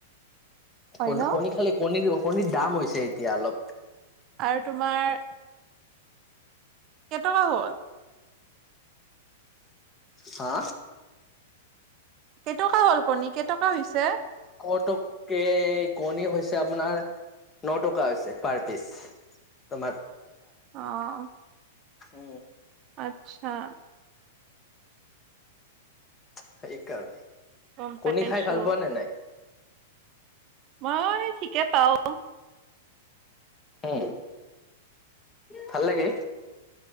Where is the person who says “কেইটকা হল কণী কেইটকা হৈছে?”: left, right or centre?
Right